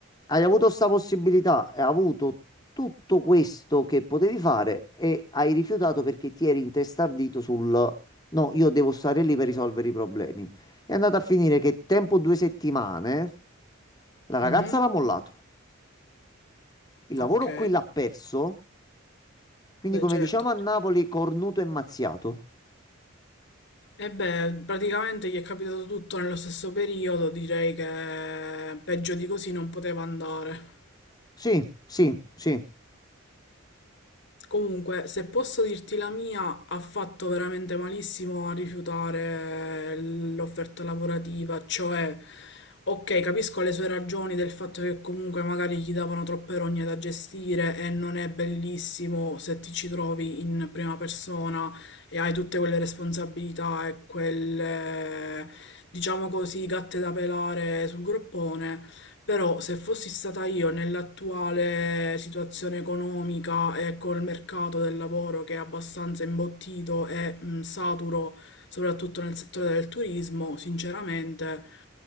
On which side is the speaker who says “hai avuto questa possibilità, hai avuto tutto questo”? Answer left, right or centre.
Left